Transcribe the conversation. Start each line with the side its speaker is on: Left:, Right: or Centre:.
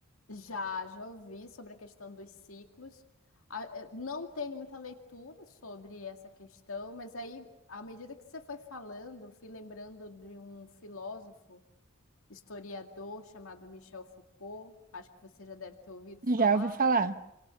Left: Já, já ouvi sobre a questão dos ciclos. A- eh, Não tenho muita leitura sobre essa questão, mas aí, à medida que você foi falando, eu fui lembrando de um filósofo, historiador chamado Michel Foucault. Acho que você já deve ter ouvido falar.
Right: Já ouvi falar.